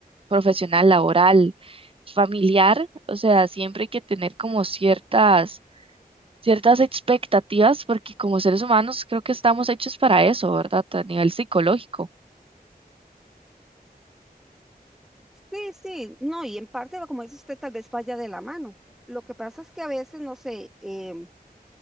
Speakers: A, on the right (about 35°); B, in the centre.
A: profesional, laboral, familiar, o sea, siempre hay que tener como ciertas, ciertas expectativas, porque como seres humanos creo que estamos hechos para eso, ¿verdad? A nivel psicológico.
B: Sí, sí, no, y en parte, va, como dice usted, tal vez vaya de la mano. Lo que pasa es que a veces, no sé, em,